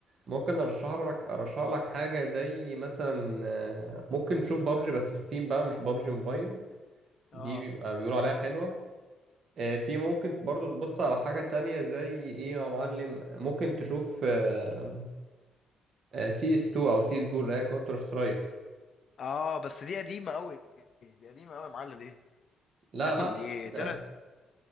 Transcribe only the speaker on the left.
اه
اه بس دي قديمه قوي دي قديمة أوي يا معلم دي
<laughs>
دي
طلعت